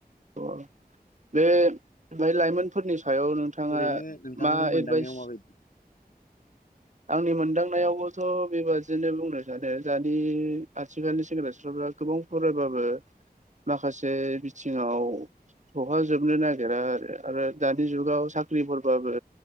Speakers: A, on the right; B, on the left.
A: अ बे बे लाइमोनफोरनि सायाव नोंथाङा
B: ओरैनो नोंथांनि
A: मा
B: मोनदांनायाव
A: एडभाइस
B: माबायदि
A: आंनि मोनदांनायावबोथ' बेबादिनो बुंनो सानो दानि आथिखालनि सेंग्रा सिख्लाफ्रा गोबां फरायबाबो माखासे बिथिङाव सौहाजोबनो नागिरा आरो आरो दानि जुगाव साख्रिफोरबाबो